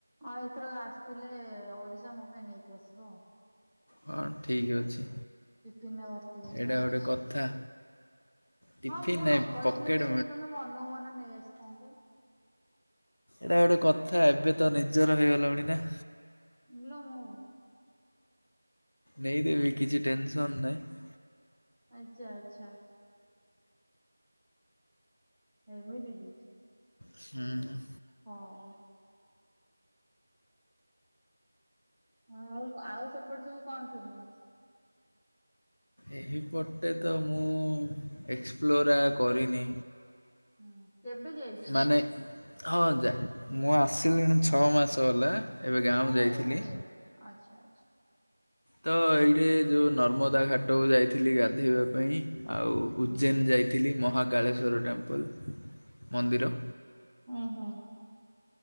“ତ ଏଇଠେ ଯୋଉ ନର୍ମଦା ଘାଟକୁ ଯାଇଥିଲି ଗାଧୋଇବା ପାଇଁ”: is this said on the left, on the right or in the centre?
Left